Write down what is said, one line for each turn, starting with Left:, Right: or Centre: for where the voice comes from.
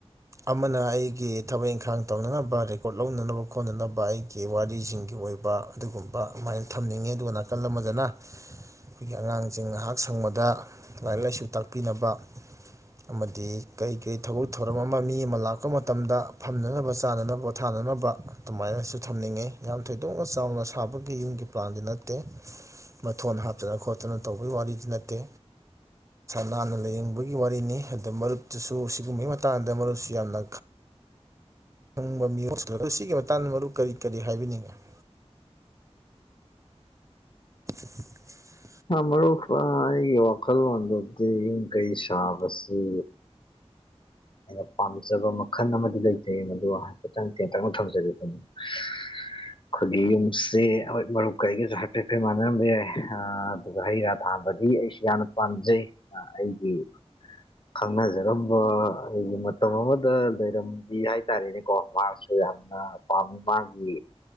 Right: ꯑꯃꯅ ꯑꯩꯒꯤ ꯊꯕꯛ ꯏꯪꯈꯥꯡ ꯇꯧꯅꯅꯕ ꯔꯦꯀꯣꯔꯠ ꯂꯧꯅꯅꯕ ꯈꯣꯠꯅꯅꯕ ꯑꯩꯒꯤ ꯋꯥꯔꯤꯁꯤꯡꯒꯤ ꯑꯣꯏ ꯑꯣꯏꯕ ꯑꯗꯨꯒꯨꯝꯕ ꯑꯗꯨꯃꯥꯏꯅ ꯊꯝꯅꯤꯡꯉꯤ ꯑꯗꯨꯒ ꯅꯥꯀꯜ ꯑꯃꯗꯅ ꯑꯩꯈꯣꯏꯒꯤ ꯑꯉꯥꯡꯁꯤꯡ ꯉꯥꯏꯍꯥꯛ ꯁꯪꯕꯗ ꯂꯥꯏꯔꯤꯛ ꯂꯥꯏꯁꯨ ꯇꯥꯛꯄꯤ ꯥꯛꯄꯤꯅꯕ ꯑꯃꯗꯤ ꯀꯔꯤ ꯀꯔꯤ ꯊꯕꯛ ꯊꯧꯔꯝ ꯑꯃ ꯃꯤ ꯑꯃ ꯂꯥꯛꯄ ꯃꯇꯝꯗ ꯐꯝꯅꯅꯕ ꯆꯥꯅꯅꯕ ꯄꯣꯠ ꯊꯥꯅꯅꯕ ꯑꯗꯨꯃꯥꯏꯅꯁꯨ ꯊꯝꯅꯤꯡꯉꯦ ꯌꯥꯝ ꯊꯣꯏꯗꯣꯛꯅ ꯆꯥꯎꯅ ꯁꯥꯕꯒꯤ ꯌꯨꯝꯒꯤ ꯄ꯭ꯂꯥꯟꯗꯤ ꯅꯠꯇꯦ ꯃꯊꯣꯟ ꯍꯥꯞꯇꯅ ꯈꯣꯠꯇꯅ ꯇꯧꯕꯒꯤ ꯋꯥꯔꯤꯗꯤ ꯅꯠꯇꯦ ꯅꯥꯟꯅ ꯂꯥꯏꯅꯤꯡꯕꯒꯤ ꯋꯥꯔꯤꯅꯤ ꯑꯗ ꯃꯔꯨꯞꯇꯁꯨ ꯁꯤꯒꯨꯝꯕꯩ ꯃꯇꯥꯡꯗ ꯃꯔꯨꯞꯁꯨ ꯌꯥꯝꯅ <unintelligible> ꯑꯁꯤꯒꯤ ꯃꯇꯥꯡꯗ ꯃꯔꯨꯞ ꯀꯔꯤ ꯀꯔꯤ ꯍꯥꯏꯕꯤꯅꯤꯡꯉꯤ <inaudible> <inaudible>
Left: ꯍꯥ ꯃꯔꯨꯞ ꯑꯩꯒꯤ ꯋꯥꯈꯜꯂꯣꯟꯗꯕꯨꯗꯤ ꯌꯨꯝ ꯀꯩ ꯁꯥꯕꯁꯤ ꯑꯩꯅ ꯄꯥꯝꯖꯕ ꯃꯈꯜ ꯑꯃꯗꯤ ꯂꯩꯖꯩ ꯃꯗꯨ ꯍꯥꯏꯐꯦꯠꯇꯪ ꯇꯦꯟꯇꯛꯅ ꯊꯝꯖꯒꯦ ꯑꯩꯈꯣꯏꯒꯤ ꯌꯨꯝꯁꯦ ꯍꯣꯏ ꯃꯔꯨꯞ ꯀꯥ ꯑꯩꯒꯁꯨ ꯍꯥꯏꯐꯦꯠ ꯍꯥꯏꯐꯦꯠ ꯃꯥꯟꯅꯔꯝꯕ ꯌꯥꯏ ꯑ ꯑꯗꯨꯗ ꯍꯩ ꯔꯥ ꯊꯥ ꯗꯤ ꯑꯩꯁꯨ ꯌꯥꯝꯅ ꯄꯥꯝꯖꯩ ꯑꯩꯒꯤ ꯈꯪꯅꯖꯔꯝꯕ ꯑꯩꯈꯣꯏꯒꯤ ꯃꯇꯝ ꯑꯃꯗ ꯂꯩꯔꯝꯕꯤ ꯍꯥꯏꯇꯥꯔꯦꯅꯦꯀꯣ ꯃꯥꯁꯨ ꯌꯥꯝꯅ ꯄꯥꯝꯃꯤ ꯃꯥꯒꯤ